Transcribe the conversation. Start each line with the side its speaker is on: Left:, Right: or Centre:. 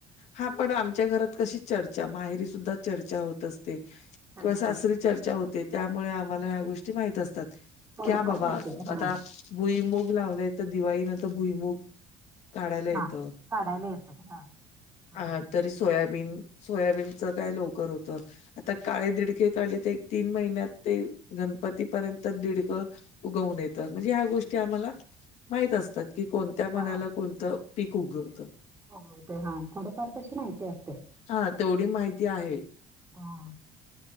Left: हा पण आमच्या घरात कशी चर्चा माहेरी सुद्धा चर्चा होत असते.
Right: हा
Left: किंवा
Right: हा
Left: सासरी
Right: हा
Left: चर्चा होते त्यामुळे आम्हाला ह्या गोष्टी माहित असतात.
Right: थोडंफार
Left: की हा बाबा
Right: माहिती आहे
Left: आता
Right: हा
Left: भुईमुग लावला तर दिवाळीनंतर भुईमुग काढायला येतं.
Right: हा काढायला येत ह बरोबर
Left: अ
Right: आहे.
Left: तरी सोयाबीन सोयाबीनचं काय लवकर होतं. आता काळे दिडके काढले ते एक तीन महिन्यात ते गणपतीपर्यंत दिडकं उगवून येतत म्हणजे ह्या गोष्टी आम्हाला माहित असतात की कोणत्या मनाला
Right: हा
Left: कोणतं पीक उगवतं.
Right: हो ते हां थोडंफार तशी माहिती असते.
Left: हा तेवढी माहिती आहे.
Right: हा.